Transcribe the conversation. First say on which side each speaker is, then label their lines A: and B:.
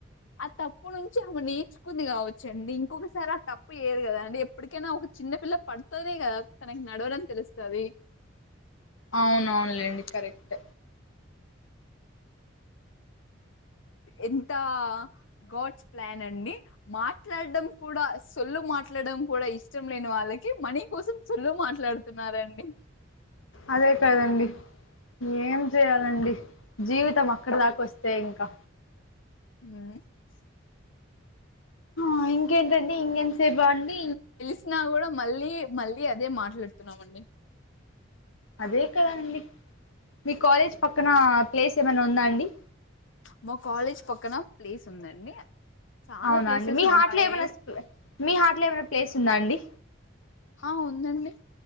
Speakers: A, on the left; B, on the left.
A: ఆ తప్పు నుంచి ఆమె నేర్చుకుంది కావచ్చుండి ఇంకొకసారి ఆ తప్పు ఏరు కదా అండి ఎప్పటికైనా ఒక చిన్న పిల్ల పడుతునే కదా తనకి నడవడంని తెలుస్తుంది
B: అవునవునులేండి కరెక్ట్
A: ఎంత గాడ్స్ ప్లాన్ అండి మాట్లాడడం కూడా సొల్లు మాట్లాడడం కూడా ఇష్టం లేని వాళ్ళకి మనీ కోసం అసలు మాట్లాడుతున్నారండి
B: అదే కాదండడి ఏం చేయాలండి జీవితం అక్కడి దాకా వస్తే ఇంకా
A: అ
B: ఆ ఇంకేంటండి ఇంకెంతసే బాగుండి
A: తెల్సిన కూడా మళ్ళీ మళ్ళీ అదే మత పెడుతున్నామండి
B: అదే కదండి మీ కాలేజ్ పక్కన ప్లేస్ ఏమైనా ఉందా అండి
A: మా కాలేజ్ పక్కన ప్లేస్ ఉందండి చాలా
B: అవునా
A: ప్లేసెస్
B: అండి మీ
A: ఉంటాయి
B: హార్ట్లో ఏమైనా మీ హాట్లో ఏమైనా ప్లేస్ ఉందా అండి
A: ఆ ఉందండి